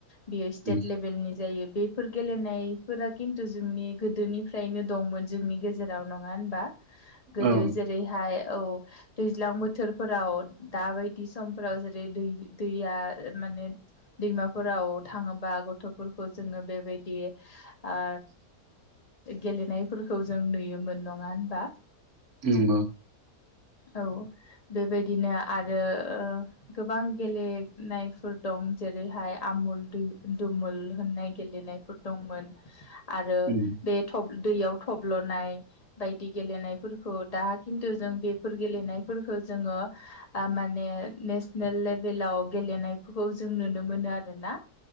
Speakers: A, on the left; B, on the right.
A: बेयो स्टेट
B: उम
A: लेभेलनि जायो बेफोर गेलेनायफोरा किनतु जोंनि गोदोनिफ्रायनो दंमोन जोंनि गेजेराव नङा होनबा? गोदो
B: औ
A: जेरैहाय औ दैज्लां बोथोरफोराव दाबायदि समफोराव जेरै दै दैया माने दैमाफोराव थाङोबा गथ'फोरखौ जोङो बेबायदि ओ गेलेनायफोरखौ जों नुयोमोन नङा होनबा
B: नंगौ
A: औ बेबायदिनो आरो ओ गोबां गेले नाय फोर दं जेरैहाय आमुल दु दुमुल होननाय गेलेनायफोर दंमोन आरो
B: उम
A: बे थ दैयाव थब्ल'नाय बायदि गेलेनायफोरखौ दा किनतुजों बेफोर गेलेनायफोर खौ जोङो ओ माने नेसनेल लेभेलाव गेलेनायफोरखौ जों नुनो मोनो आरोना